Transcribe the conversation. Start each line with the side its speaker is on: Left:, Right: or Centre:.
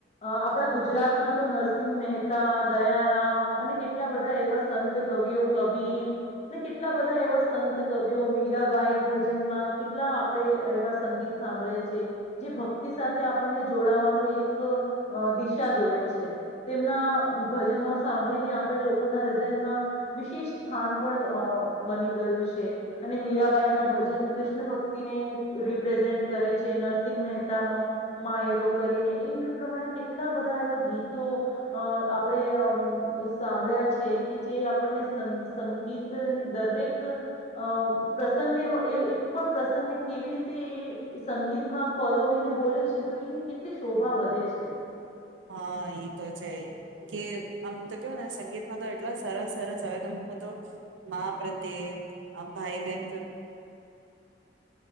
Left: આપણા ગુજરાતમાં તો નરસિંહ મહેતા, દયારામ અને કેટલા બધા એવા સંત કવિઓ કબીર અને કેટલા બધા એવા સંત કવિઓ મીરાબાઈ ભજનમાં કેટલા આપણે એવા સંગીત સાંભળી છીએ. જે ભક્તિ સાથે આપણને જોડાવાનું એક અ દિશા દોરે છે, તેમના ભજનો સાંભળીને આપણે લોકોના હૃદયમાં વિશેષ સ્થાન પણ અ બની ગયું છે અને મીરાબાઈ ના ભજન કૃષ્ણ ભક્તિને રિપ્રેઝેન્ટ કરે છે નર સિંગ મેહતાનો માયરો કરીને એ પ્રમાણે કેટલા બધા એવા ગીતો અ આપણે અમ સાંભળ્યા છે કે જે આપણને સન સંગીતની દરેક અ પ્રસંગને એક પણ પ્રસંગને કેવી રીતે એ સંગીતમાં પરોવીને બોલે છે તો એની કેટલી શોભા વધે છે.
Right: હા એ તો છે, કે આમ તો કેવો ને સંગીત માં તો એ ટલા સરસ સરસ હવે તમ કો તો માં પ્રત્યે, ભાઈ બહેન પ્રત્યે